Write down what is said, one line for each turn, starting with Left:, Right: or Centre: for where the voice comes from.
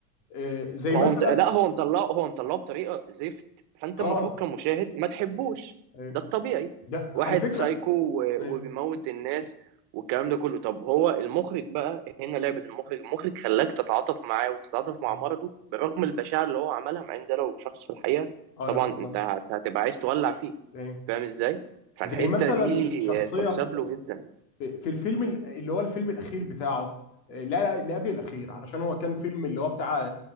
Left: آه، زي مثلا
Right: هو مت... لا هو مطلعه هو مطلعه بطريقه زفت فانت
Left: اه
Right: المفروض كمشاهد ما تحبوش
Left: ايوه
Right: ده الطبيعي
Left: ده على
Right: واحد
Left: فكره
Right: سايكو و...
Left: ايوه
Right: وبيموت الناس والكلام ده كله طب هو المخرج بقى هنا لعبة المخرج المخرج خلاك تتعاطف معاه وتتعاطف مع
Left: اه
Right: مرضه برغم البشاعة اللي هو عملها مع ان ده لو شخص في الحقيقة
Left: آه،
Right: طبعا
Left: بالظبط
Right: انت هت- هتبقى عايز تولع فيه
Left: ايوه
Right: فاهم ازاي فالحتة
Left: زي مثلا
Right: دي
Left: شخصيه
Right: تحسب له جدا
Left: في في الفيلم ال- اللي هو الفيلم الاخير بتاعه آه، لا لا اللي قبل الاخير علشان هو كان فيلم اللي هو بتاع